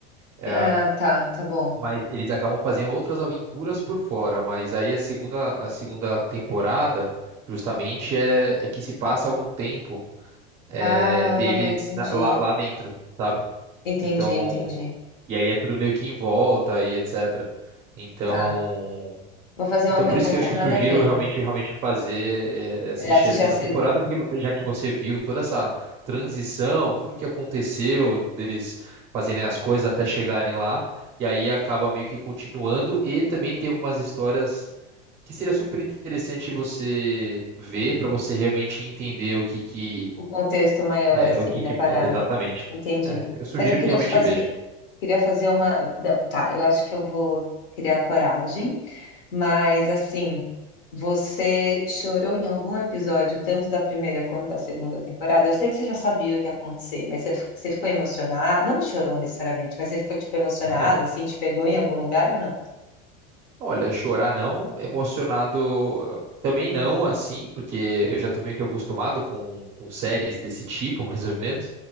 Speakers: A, on the right; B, on the left.
A: É,
B: Ah, tá, tá bom.
A: Mas eles acabam fazendo outras aventuras por fora, mas aí a segunda, a segunda temporada, justamente, é, é que se passa algum tempo. é,
B: Ah,
A: deles
B: entendi.
A: na- lá, lá dentro, sabe?
B: Entendi,
A: Então,
B: entendi.
A: e aí é tudo meio que em volta e etc. Então,
B: Tá. Vou fazer
A: então
B: uma pergunta
A: por isso que eu acho que
B: nada
A: sugiro
B: a ver.
A: realmente realmente fazer é, assistir
B: É, Assistir
A: a segunda
B: a segunda.
A: temporada, porque já que você viu toda essa transição, tudo que aconteceu deles fazerem as coisas até chegarem lá, e aí acaba meio que continuando e também tem algumas histórias que seria super interessante você ver para você realmente entender o que que
B: O contexto maior,
A: é
B: assim,
A: é o que,
B: da
A: que-
B: parada.
A: exatamente.
B: Entendi.
A: É, eu sugiro
B: Mas eu queria
A: que realmente
B: te fazer.
A: veja.
B: Queria fazer uma. Não, tá, eu acho que eu vou criar coragem. Mas, assim, você chorou em algum episódio, tanto da primeira quanto da segunda temporada? Eu sei que você já sabia o que ia acontecer, mas você, f- você ficou emocionada? Não chorou necessariamente, mas você ficou, tipo, emocionada,
A: <laughs>
B: assim, te pegou em algum lugar ou não?
A: Olha, chorar não, emocionado também não, assim, porque eu já tô meio que acostumado com, com séries desse tipo, <laughs> mais ou menos.